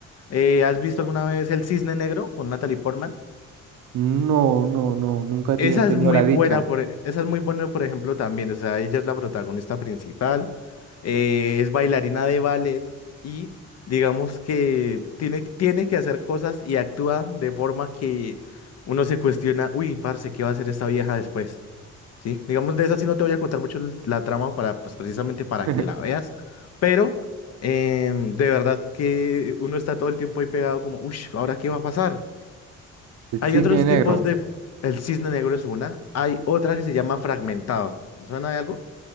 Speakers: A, on the left; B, on the right.
A: Eh, ¿has visto alguna vez El Cisne Negro con Natalie Portman?
B: No, no, no, nunca he te-
A: Esa
B: he tenido
A: es muy
B: la
A: buena,
B: dicha.
A: por, e- esa es muy buena, por ejemplo, también. O sea, ella es la protagonista principal, eh, es bailarina de ballet y digamos que tiene, tiene que hacer cosas y actúa de forma que uno se cuestiona, uy, parce, ¿qué va a hacer esta vieja después? ¿Sí? Digamos, de esa sí no te voy a contar mucho el- la trama para, pues, precisamente para
B: <laughs> El
A: que la veas, pero em, de verdad que uno está todo el tiempo ahí pegado como, uy, ¿ahora qué va a pasar? Hay
B: cisne
A: otros
B: negro.
A: tipos de... El cisne negro es una. Hay otra que se llama fragmentado. ¿Me ¿Suena de algo?